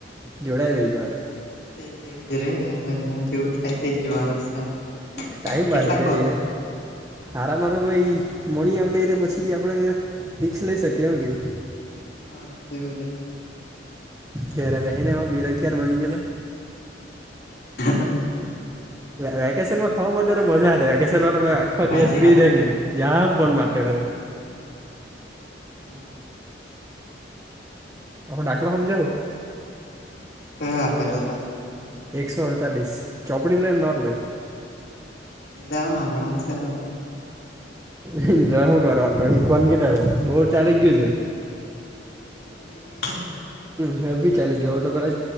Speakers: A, on the right; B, on the left.
A: જોડાય ગયુ.
B: તેજ તેવું જ રે એમજ હું જેવું થાય તેજ જોવાનુંશે એમ.
A: ટાઈમ
B: કેટલાક
A: પાસ ગઈ આરામનો ભાઈ. મણી આવ તો પછી આપડે રીક્ષ લઈ શકીએ એમ કે.
B: હા તેવું છે.
A: તરા બહે એમાં બેરોજગાર બની ગયો તો.
B: હા.
A: વેકેશમાં હો માટેટે તો મજા આડે કેમે આખ
B: સાચી
A: દિવસ ફ્રી
B: વાત
A: થંગલી જાામ પણન માટર
B: હમ હમ.
A: હ ડાકલાખમ જાઓ.
B: કયા આપેલા હતા?
A: એકસો અડતાલીસ, ચોપડી લે નોટ લે.
B: લ ના હમણા ની લના.
A: શું કર તો શીખન કેટલે બોર ચાલી ગયું છ.
B: બચાની કે <inaudible>
A: હ એવી ચાલી ગયો ઓટો કર